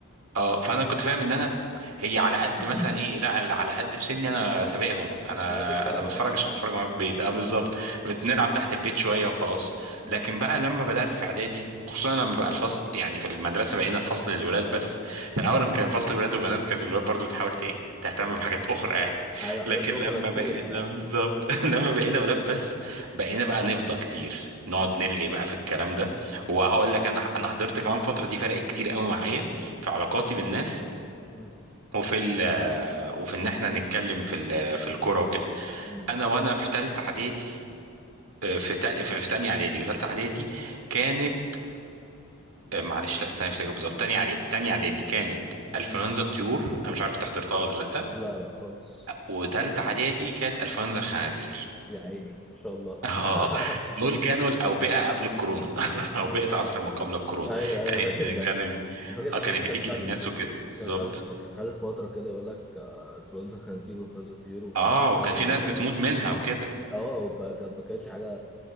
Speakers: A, on the right; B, in the centre.
A: اه فانا كنت فاهم ان انا هي على قد
B: <clears throat>
A: مثلا ايه لا ال- على قد في سني
B: على
A: انا سابقهم انا
B: على قد الشارع
A: انا
B: بتاعنا
A: بتفرج عشان
B: اه
A: بتفرج معاهم في البيت اه بالظبط بنلعب تحت البيت شويه وخلاص
B: اه
A: لكن بقى لما بدات في اعدادي خصوصا لما بقى الفصل يعني في المدرسه بقينا في فصل للولاد بس في الاول لما كان فصل ولاد وبنات كانت الولاد برضو بتحاول ت- ايه تهتم بحاجات اخرى يعني <laughs>
B: ايوه حاجات
A: لكن
B: اخرى
A: لما
B: كتير
A: بقينا
B: اه
A: بالظبط <laughs> لما بقينا ولاد بس بقينا بقى نفضى كتير نقعد
B: <laughs> مم.
A: نرغي بقى في الكلام ده وهقول لك انا انا حضرت كمان فتره دي فرق كتير قوي معايا في علاقاتي بالناس
B: مم.
A: وفي ال وفي ان احنا نتكلم في ال في الكوره وكده
B: مم.
A: انا وانا في ثالثه اعدادي آه، في تا- في في تانية اعدادي وثالثه اعدادي كانت آه، معلش لا استنى افتكر بالظبط تانية اعدادي تانية اعدادي كانت انفلونزا
B: مم.
A: الطيور انا مش عارف انت حضرتها ولا لا
B: لا لا خالص
A: و- وتالتة اعدادي كانت انفلونزا الخنازير <laughs>
B: يا عيني ما شاء الله
A: اه
B: <laughs>
A: دول كانوا الاوبئه قبل الكورونا <laughs> اوبئه عصر ما قبل الكورونا
B: ايوه
A: كانت
B: انا فاكر
A: كانت
B: كان ال- أنا فاكر الحاجات
A: آه، كانت
B: دي كانت
A: بتيجي
B: خدت
A: للناس وكده بالظبط
B: كانت خدت كانت خدت فتره كده يقول لك آه، انفلونزا خنزير وانفلونزا طيور ومش
A: اه
B: عارف ايه بتخاف
A: وكان في
B: على
A: ناس
B: العيال
A: بتموت منها وكده
B: اه فكانت ما كانتش حاجه